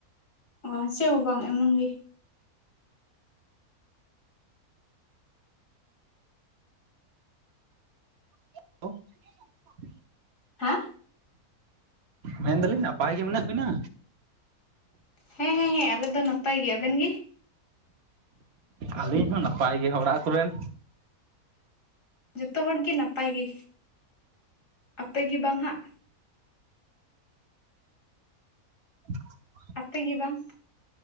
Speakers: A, on the left; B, on the right.
A: ᱚ ᱪᱮᱫ ᱦᱚᱸ ᱵᱟᱝ ᱮᱢᱚᱱ ᱜᱮ ᱾
B: <inaudible>
A: ᱦᱮᱸ
B: ᱢᱮᱱᱫᱟᱞᱤᱧ ᱱᱟᱯᱟᱭ ᱜᱮ ᱢᱮᱱᱟᱜ ᱵᱤᱱᱟ?
A: ᱦᱮᱸ ᱦᱮᱸ ᱦᱮᱸ ᱟᱞᱮ ᱫᱚ ᱱᱟᱯᱟᱭ ᱜᱮ ᱟᱵᱮᱱ ᱜᱮ?
B: ᱟᱹᱞᱤᱧ ᱦᱚᱸ ᱱᱟᱯᱟᱭ ᱜᱮ ᱚᱲᱟᱜ ᱠᱚᱨᱮᱱ?
A: ᱡᱚᱛᱚ ᱦᱚᱲᱜᱮ ᱱᱟᱯᱟᱭ ᱜᱮ ᱟᱯᱮ ᱜᱮ ᱵᱟᱝ ᱦᱟᱸᱜ?
B: <unintelligible>
A: ᱟᱯᱮ ᱜᱮ ᱵᱟᱝ?